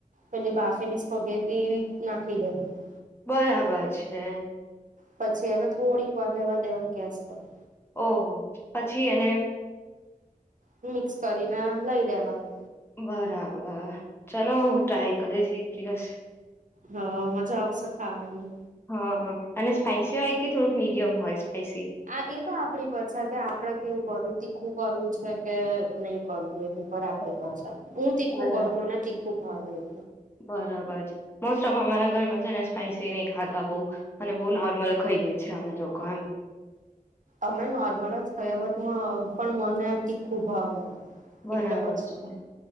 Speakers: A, on the right (about 65°); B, on the left (about 15°).
A: પેલી બાફેલી સ્ફગેથી નાખી દેવાનું.
B: બરાબર છે.
A: પછી એને થોડીક વાર રહેેવા દેવાની ગેસ પર
B: ઓહો પછી એને
A: મિક્ષ કરીને લઈ લેવાનું.
B: બરાબર ચલો હું ટ્રાય કરીશ એક દિવસ.
A: હ મજા આવશે ખાવાની.
B: હ અને સ્પાઈસી હોય કે થોડુંક મીડિયમ હોય સ્પાઈસી?
A: આ એ તો આપડી પર છે કે આપડે કેવું કરું તીખું કરવું છે કે નહીં કરવું એ પર આપડી
B: ઓહો!
A: પર છે હું તીખું
B: બરાબર
A: કરું મને તીખું મારેય
B: બરાબર છે. મોસ્ટ ઓફ અમારા ઘરમાં છે ને સ્પાઈસી નહીં ખાતા બહુ અને બહુ નોર્મલ ખઈએે છે અમે લોકો એમ.
A: અમે નોર્મલ જ ખઈએ બટ પણ મને તીખું ભાવે.
B: બરાબર
A: એટલે પછી
B: છે.